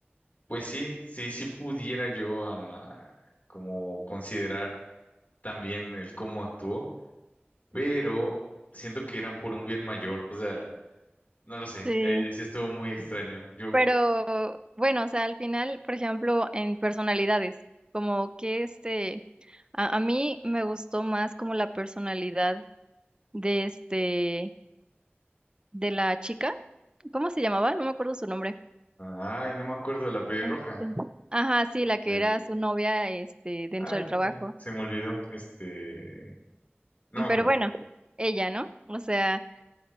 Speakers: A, on the left (about 40°); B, on the right (about 25°).
A: Pues sí, sí, sí pudiera yo a, como considerar. también el cómo actuó, pero siento que eran por un bien mayor, o sea, no lo sé,
B: sí.
A: eh, sí estuvo muy extraño. Yo,
B: Pero bueno, o sea, al final, por ejemplo, en personalidades, como que este, a, a mí me gustó más como la personalidad de este. de la chica, ¿cómo se llamaba? No me acuerdo su nombre.
A: ah, ay, no me acuerdo de la pelirroja,
B: Este, Ajá, sí, la que
A: de-
B: era su novia, este, dentro
A: ay,
B: del trabajo.
A: se, se me olvidó, este, no me acuerdo.
B: Pero bueno, ella, ¿no? O sea,